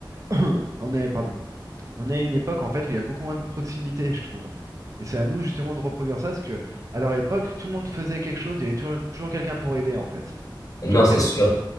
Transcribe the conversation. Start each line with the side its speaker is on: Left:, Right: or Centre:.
Right: <coughs> <clears throat> On est, pardon. On est à une époque en fait où il y a beaucoup moins de proximité, je trouve. Et c'est à nous justement de reproduire ça, parce que à leur époque, tout le monde faisait quelque chose, il y avait toujours, toujours quelqu'un pour aider en fait.
Left: Non,
Right: Et je trouve
Left: c'est
Right: qu'à notre...
Left: sûr